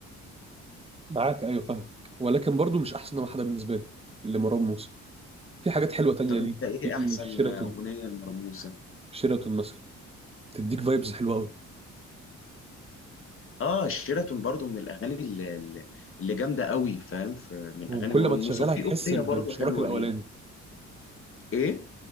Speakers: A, on the right; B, on the left.
A: معاك ايوه فاهم ولكن برضو مش احسن واحده بالنسبه لي لمروان موسى في حاجات حلوه تانية
B: طب انت
A: ليه
B: ايه
A: في
B: احسن
A: شيراتون
B: اغنيه لمروان موسى
A: شيراتون مثلا تديك فايبز حلوه قوي
B: اه شيراتون برضو من الاغاني اللي, اللي اللي جامده قوي فاهم في- من
A: وكل
B: اغاني مروان
A: ما تشغلها
B: موسى وفي
A: تحس
B: اغنيه
A: ب-
B: برضو
A: بشعورك
B: حلوه
A: الاولاني
B: ليه ايه